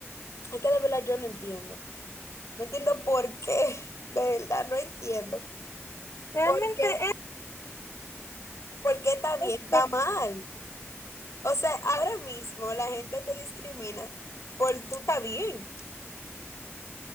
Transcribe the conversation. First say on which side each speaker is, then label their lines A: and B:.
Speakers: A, on the left; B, on the left.
A: es que de verdad yo no entiendo. No entiendo por qué, <laughs> de verdad no entiendo.
B: Realmente
A: ¿Por qué,
B: es,
A: por qué está bien,
B: es
A: está mal?
B: eso.
A: O sea, ahora mismo la gente te discrimina por tú está bien.